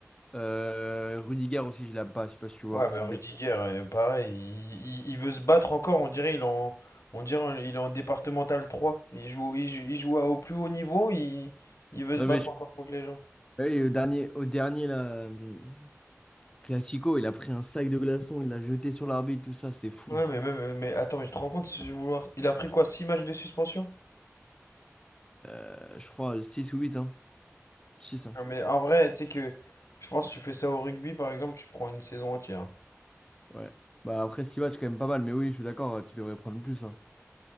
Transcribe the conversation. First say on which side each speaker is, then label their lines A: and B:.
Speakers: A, on the left; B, on the left.
A: Euh, Rudiger aussi, je l'aime pas, je sais pas si tu vois.
B: Ouais, bah
A: C'est
B: Rudiger,
A: le défenseur.
B: euh, pareil, il, il- il veut se battre encore, on dirait il est en, on dirait il est en départemental 3. Il joue, il joue, il joue au plus haut niveau, il, il veut
A: Non,
B: se battre
A: mais je-
B: encore contre les gens.
A: Ah oui, au dernier, au dernier là, euh, Classico, il a pris un sac de glaçons, il l'a jeté sur l'arbitre, tout ça, c'était fou.
B: Ouais, mais même, euh, mais attends, mais tu te rends compte, si vouloir... il a pris quoi, 6 matchs de suspension?
A: Euh, je crois 6 ou 8, hein. six. hein.
B: Non, mais en vrai, tu sais que, je pense que tu fais ça au rugby, par exemple, tu te prends une saison entière.
A: Ouais. Bah après 6 matchs, quand même pas mal, mais oui, je suis d'accord, tu devrais prendre plus. hein.